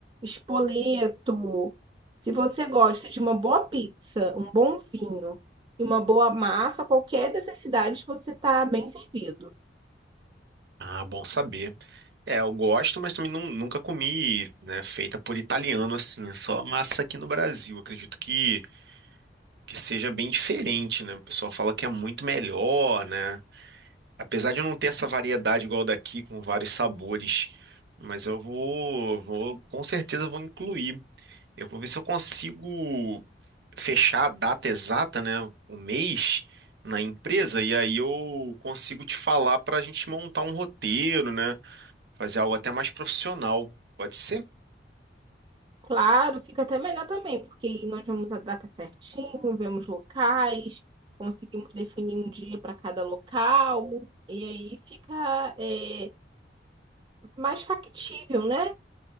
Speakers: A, on the right (about 25°); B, on the right (about 65°).
A: Spoleto. Se você gosta de uma boa pizza, um bom vinho e uma boa massa, qualquer dessas cidades você está bem servido.
B: Ah, bom saber. É, eu gosto, mas também nun- nunca comi, né, feita por italiano assim, É só massa aqui no Brasil. Acredito que que seja bem diferente, né? O pessoal fala que é muito melhor, né? Apesar de não ter essa variedade igual daqui, com vários sabores, mas eu vou, vou, com certeza vou incluir. Eu vou ver se eu consigo fechar a data exata, né, o mês na empresa, e aí eu consigo te falar para a gente montar um roteiro, né, fazer algo até mais profissional. Pode ser?
A: Claro, fica até melhor também, porque aí nós vemos a data certinho, vemos locais, conseguimos definir um dia para cada local, e aí fica, é, mais factível, né?